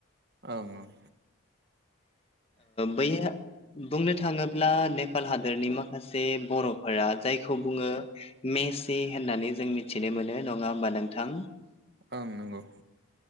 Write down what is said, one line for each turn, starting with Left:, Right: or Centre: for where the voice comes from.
Right: ओं औं
Left: बैया बुंनो थाङोब्ला नेपाल हादरनि मा खासे बर'फोरा जायखौ बुङो मेसि होननानै जों मिथिनो मोनो नङा होमबा नोंथां
Right: ओं नंगौ